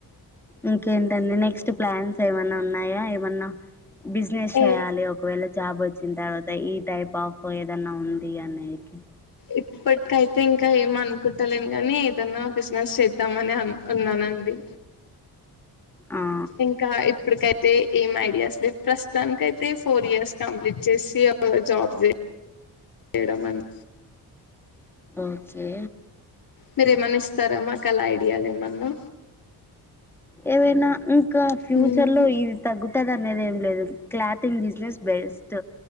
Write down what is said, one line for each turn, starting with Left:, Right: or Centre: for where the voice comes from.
Centre: ఇంకేంటండి నెక్స్ట్ ప్లాన్స్ ఏమన్నా ఉన్నాయా.? ఏమన్నా.? బిజినెస్
Left: ఏ
Centre: చేయాలి ఒకవేళ. జాబ్ వచ్చిన్ తర్వాత, ఈ టైప్ ఆఫ్ ఏదన్నా ఉంది అనేకి.
Left: ఇప్పట్కైతే ఇంకా ఏమ్ అనుకుంటలేన్ గాని, ఏదనా బిజినెస్ చేద్దామని అన్ అన్నానండి.
Centre: ఆ
Left: ఇంకా ఇప్పుడుకై. తే ఏం ఐడియాస్ లేవ్, ప్రస్తాన్కైతే ఫోర్ ఇయర్స్ కంప్లీట్ చేసి జాబ్ జే. జేయడం అన్.
Centre: ఓకే.
Left: మీరేమనిస్తారా. ! మాక్ అలా ఐడియాలు ఏమన్నా.
Centre: ఏవైనా ఇంకా ఫ్యూచర్
Left: హ్మ్
Centre: లో ఇది తగ్గుతదనేది ఏం. లేదు, క్లాతింగ్ బిజినెస్ బెస్ట్,